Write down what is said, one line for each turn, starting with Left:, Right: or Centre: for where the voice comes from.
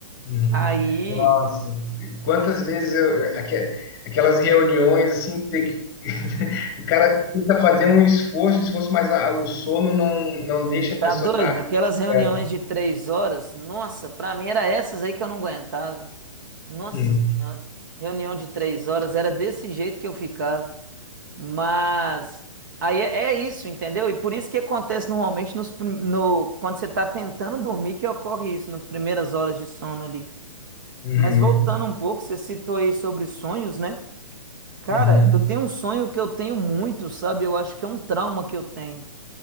Left: Uhum.
Right: Aí,
Left: Nossa, quantas vezes eu, aque- aquelas reuniões assim que tem que <laughs> o cara tenta fazer um esforço, um esforço, mas a- o sono não, não deixa a
Right: tá
Left: pessoa
Right: doido?
Left: estar
Right: Aquelas reuniões
Left: certo.
Right: de três horas, nossa, pra mim era essas aí que eu não aguentava. Nossa
Left: Hum.
Right: Senhora, reunião de três horas, era desse jeito que eu ficava. Mas aí é, é isso, entendeu? E por isso que acontece normalmente nos, prim- no, quando você está tentando dormir que ocorre isso, nas primeiras horas de sono ali.
Left: Uhum.
Right: Mas voltando um pouco, você citou aí sobre sonhos, né? Cara,
Left: Uhum.
Right: eu tenho um sonho que eu tenho muito, sabe? Eu acho que é um trauma que eu tenho,